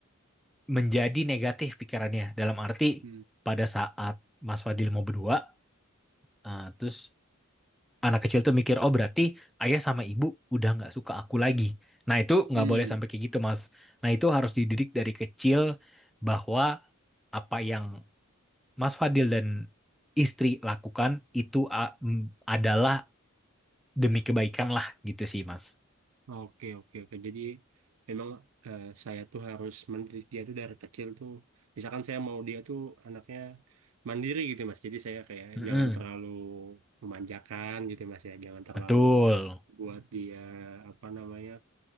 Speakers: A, in the centre; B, on the right.
A: menjadi negatif pikirannya. Dalam arti
B: hmm
A: pada saat Mas Fadil mau berdua, eh, terus anak kecil tuh mikir, oh berarti ayah sama ibu udah nggak suka aku lagi. Nah itu nggak
B: hmm
A: boleh sampai kayak gitu Mas. Nah itu harus dididik dari kecil bahwa apa yang Mas Fadil dan istri lakukan itu a- m- adalah demi kebaikan lah gitu sih Mas.
B: oke oke oke jadi memang eh, saya tuh harus mendidik dia tuh dari kecil tuh misalkan saya mau dia tuh anaknya mandiri gitu mas jadi saya kayak
A: Mm-mm.
B: jangan terlalu memanjakan gitu mas ya jangan terlalu
A: Betul,
B: buat dia apa namanya